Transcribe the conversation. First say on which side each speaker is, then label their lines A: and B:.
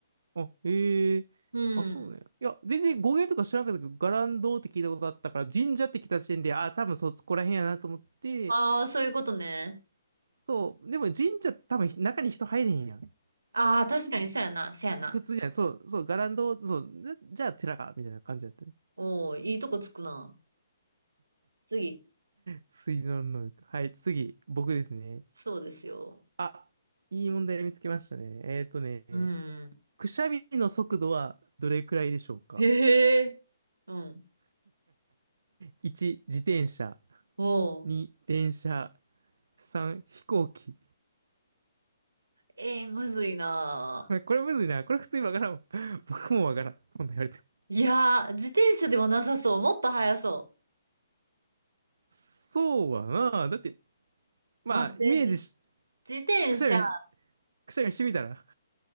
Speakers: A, on the right; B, on the right.
A: あ、ええあ、
B: うん。
A: そうね。いや、全然語源とか知らなかったけど、ガランドって聞いたことあったから、神社って来た時点で、あ、多分そこら辺やなと思って、
B: ああ、そういうことね。
A: そう。でも神社って多分中に人入れへんやん。
B: ああ、確かにそうやな、そうやな。
A: 普通じゃない。そう、そう、ガランド、そう、なじゃあ寺か、みたいな感じだったね。
B: おお、いいとこつくな。次。
A: 水道の能力。はい、次、僕ですね。
B: そうですよ。
A: あ、いい問題見つけましたね。えっとね、
B: うん。
A: くしゃみの速度はどれくらいでしょうか
B: へえ。うん。
A: 1 <laughs>、自転車。
B: おお。
A: 2、電車。3、飛行機。
B: えー、むずいな。
A: <laughs> これむずいな。これ普通にわからんわ。<laughs> 僕もわからん。今度言われても。
B: いやー、自転車ではなさそう。もっと速そ
A: そうはな。だって、まあ、
B: う。待って、
A: イメージし、
B: じ、自転車。
A: くしゃみ、くしゃみしてみたら。